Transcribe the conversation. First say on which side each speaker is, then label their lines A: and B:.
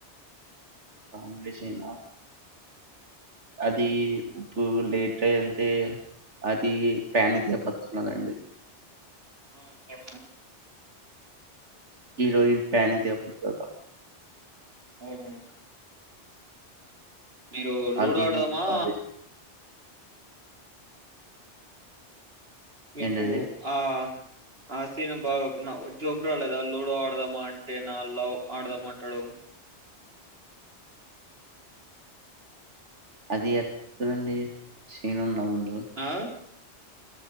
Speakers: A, on the right; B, on the right.
A: కామెడీచేనా అది ఉప్పు లేట్ వెళ్తే అది పానిక్ అయిపోతున్నదండి
B: ఆ అవును
A: హీరోయిన్ పానిక్ అయిపోతాది
B: హా అవునవును మీరు లూడో
A: అది
B: ఆడదామా
A: గురించి కాదు
B: మీకు
A: ఏంటండి?
B: ఆ ఆసీన బాగ నా జోగ్రా లేదా లూడో ఆడదామంటే నా లవ్ ఆడదామంటాడు
A: అది ఎక్కడండీ సీన్ ఉందా ముందు
B: ఆ